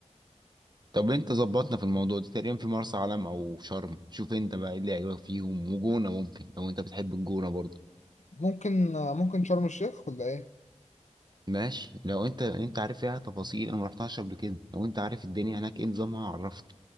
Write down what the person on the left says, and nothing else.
ممكن ممكن شرم الشيخ ولا ايه؟